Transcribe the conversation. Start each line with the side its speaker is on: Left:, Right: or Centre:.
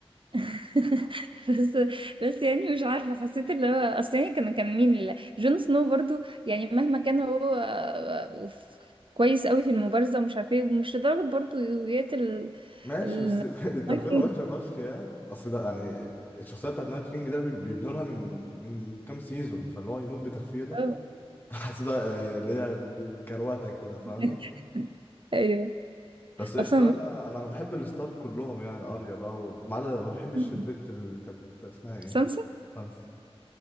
Right: <laughs> بس بس يعني مش عارفه حسيت اللي هو اصل يعني كان كان مين اللي... جون سنو برضو يعني مهما كان هو آه، ف- كويس قوي في المبارزه ومش عارفه ايه ومش لدرجه برضو يقتل
Left: ماشي
Right: ال...
Left: بس <laughs> التغفيله
Right: اوكي
Left: وحشه فشخ يعني اصل ده يعني الشخصيه بتاعت نايت كينج ده بي- بيبنوا لها من من كام سيزون فاللي هو يموت بتغفيله
Right: اه
Left: <laughs> حسيتها آه، اللي هي كروته كده فاهمه
Right: <laughs> ايوه
Left: بس قشطه
Right: اصلا
Left: انا انا بحب الستار كلهم يعني اريا بقى وال- ما عدا ما بحبش
Right: مم.
Left: البت اللي كانت اسمها ايه
Right: سانسا
Left: خمسة